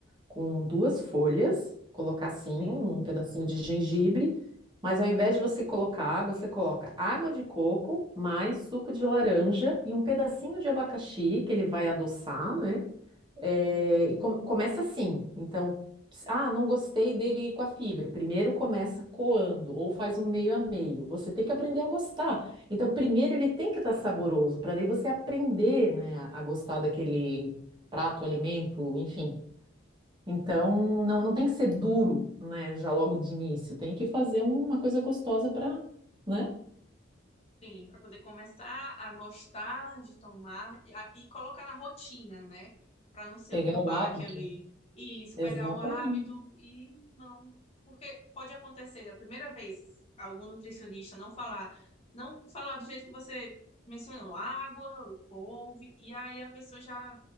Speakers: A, on the right; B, on the left.
A: com duas folhas, colocar assim um
B: Sim.
A: pedacinho de gengibre, mas ao invés de você colocar água, você coloca água de coco, mais suco de laranja e um pedacinho de abacaxi que ele vai adoçar, né? É,
B: Uhum.
A: e com- começa assim. Então, ps- ah, não gostei dele com a fibra. Primeiro começa coando ou faz um meio a meio. Você tem que aprender a gostar. Então, primeiro ele tem que estar saboroso, para daí você aprender, né, a a gostar daquele prato, alimento, enfim. Então, não, não tem que ser duro, né, já logo de início. Tem que fazer uma coisa gostosa para, né,
B: Sim, para poder começar a gostar de tomar e, a- e colocar na rotina, né? Para não ser
A: pegar
B: um
A: o
B: baque
A: hábito.
B: ali. Isso,
A: Exatamente.
B: pegar o hábito e não. Porque pode acontecer, a primeira vez, algum nutricionista não falar, não falar do jeito que você mencionou, água, o couve, e aí a pessoa já